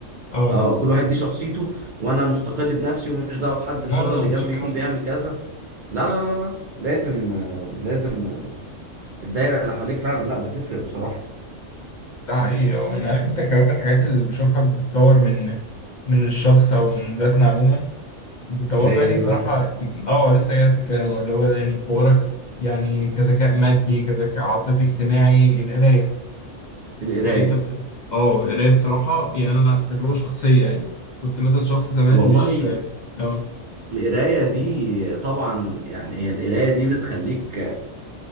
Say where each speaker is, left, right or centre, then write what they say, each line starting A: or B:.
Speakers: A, on the left; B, on the right.
A: اه
B: اه كل واحد ليه شخصيته وانا مستقل بنفسي وماليش دعوه بحد
A: لا
B: ان شاء
A: لا
B: الله
A: لا
B: اللي
A: مفيش
B: جنبي
A: الكلام
B: يكون بيعمل
A: ده
B: كذا لا لا لا لا لازم آه، لازم آه، الدايره اللي حواليك فعلا لا بتفرق بصراحه
A: ده حقيقي اه يعني عارف انت كمان من الحاجات اللي بشوفها بتطور من من الشخص او من ذاتنا عموما بتطوره
B: اللي هي
A: يعني
B: ايه
A: بصراحة
B: بقى
A: اه لسه جاي في الكلام اللي هو يعني تطورك يعني كذكاء مادي كذكاء عاطفي اجتماعي القراية
B: القرايه
A: هل انت بت... اه القراية بصراحة يعني انا تجربة شخصية يعني كنت مثلا شخص زمان
B: والله
A: مش اه
B: القراية دي طبعا يعني هي القراية دي بتخليك